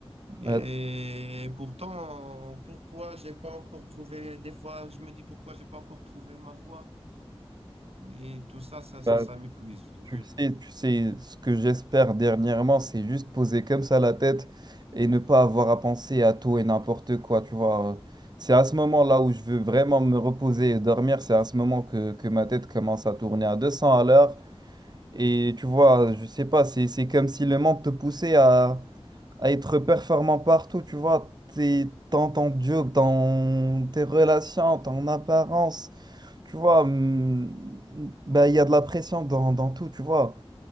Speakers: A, on the right (about 85°); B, on the right (about 45°).
A: Et
B: Ouais,
A: pourtant, pourquoi j'ai pas encore trouvé, des fois, je me dis pourquoi j'ai pas encore trouvé ma voie? Et tout ça, ça, ça,
B: bah,
A: ça m'épuise, je te
B: Tu
A: jure.
B: sais, tu sais, ce que j'espère dernièrement, c'est juste poser comme ça la tête et ne pas avoir à penser à tout et n'importe quoi, tu vois. C'est à ce moment-là où je veux vraiment me reposer et dormir, c'est à ce moment que, que ma tête commence à tourner à 200 à l'heure. Et tu vois, je sais pas, c'est, c'est comme si le monde te poussait à, à être performant partout, tu vois. T'es, dans ton job, dans tes relations, ton apparence, tu vois, hum, bah, il y a de la pression dans, dans tout, tu vois.